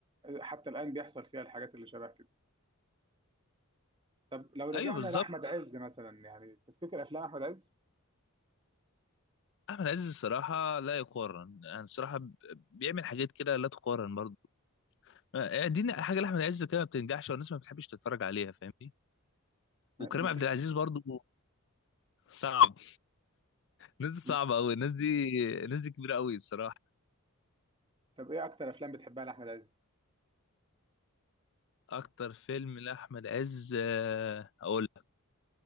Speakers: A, on the right; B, on the left.
A: حتى الآن بيحصل فيها الحاجات اللي شبه كده طب لو رجعنا
B: ايوه بالظبط
A: لاحمد عز مثلا يعني تفتكر افلام احمد عز
B: احمد عز الصراحه لا يقارن يعني الصراحه ب- بيعمل حاجات كده لا تقارن برضه آه، يعني دي حاجه لاحمد عز كده ما بتنجحش والناس ما بتحبش تتفرج عليها فاهمني
A: ما
B: وكريم
A: ما
B: عبد
A: في
B: العزيز برضو صعب الناس دي صعبة
A: ما
B: أوي الناس دي الناس دي كبيرة أوي الصراحة
A: طب ايه اكتر افلام بتحبها لاحمد عز
B: أكتر فيلم لأحمد عز آه، أقول لك